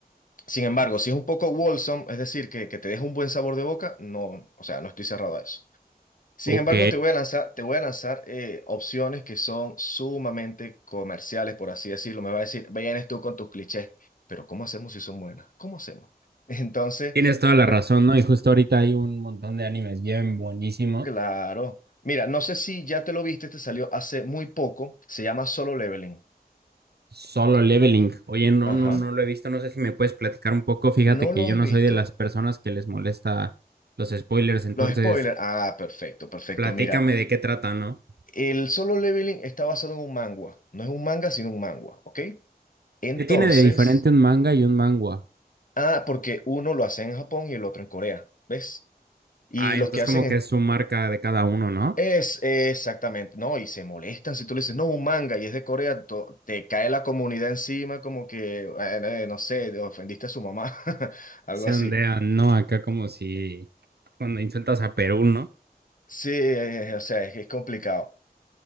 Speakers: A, on the left; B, on the right.
A: Sin embargo, si es un poco wholesome, es decir, que, que te deja un buen sabor de boca, no, o sea, no estoy cerrado a eso. Sin
B: Ok.
A: embargo, te voy a lanzar, te voy a lanzar eh, opciones que son sumamente comerciales, por así decirlo. Me va a decir, vienes tú con tus clichés, pero ¿cómo hacemos si son buenas? ¿Cómo hacemos? <laughs> Entonces,
B: Tienes toda la
A: pr-
B: razón, ¿no? Y justo ahorita hay un montón de animes bien buenísimos.
A: claro. Mira, no sé si ya te lo viste, te salió hace muy poco. Se llama Solo Leveling.
B: Solo Leveling.
A: Eh,
B: Oye, no,
A: Ajá.
B: no, no lo he visto. No sé si me puedes platicar un poco. Fíjate
A: ¿No
B: que
A: lo
B: yo
A: has
B: no
A: visto?
B: soy de las personas que les molesta los spoilers, entonces
A: Los spoilers. Ah, perfecto, perfecto.
B: platícame
A: Mira.
B: de qué trata, ¿no?
A: El Solo Leveling está basado en un manga. No es un manga, sino un manga, ¿ok? Entonces,
B: ¿Qué tiene de diferente un manga y un mangua?
A: ah, porque uno lo hace en Japón y el otro en Corea, ¿ves? Y
B: Ah, entonces
A: los que hacen
B: como
A: en...
B: que es su marca de cada uno, ¿no?
A: Es exactamente, no, y se molestan si tú le dices, no, un manga y es de Corea, to- te cae la comunidad encima como que, bueno, eh, no sé, ofendiste a su mamá, <laughs> algo
B: Se
A: así.
B: ondean, ¿no? Acá como si cuando insultas a Perú, ¿no?
A: Sí, eh, eh, o sea, es, es complicado.